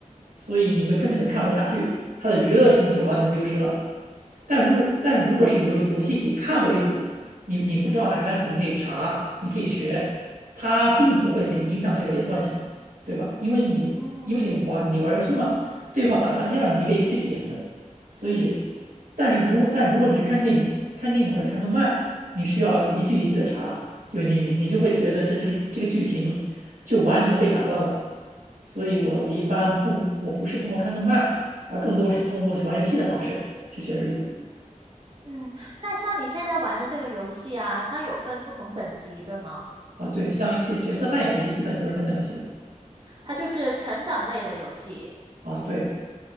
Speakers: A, on the right (about 85°); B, on the right (about 40°).
A: 所以你就根本就看不下去，它的娱乐性就完全丢失了。但如但如果是游游戏以看为主，你你不知道哪个单词，你可以查，你可以学，它并不会很影响这个连贯性，对吧？因为你因为你玩你玩游戏嘛，
B: 嗯。
A: 对话本来就要你一个一个去点的，所以，但是如但如果你是看电影看电影或者看动漫，你需要一句一句的查，就你你你就会觉得这这个这个剧情就完全被打断了。所以我我一般不，我不是通过看动漫，而更多是通过去玩游戏的方式去学日语。
B: 嗯，那像你现在玩的这个游戏啊，它有分不同等级，对吗？
A: 啊，对，像一些角色扮演游戏，基本都是分等级的。
B: 它就是成长类的游戏。
A: 啊，对，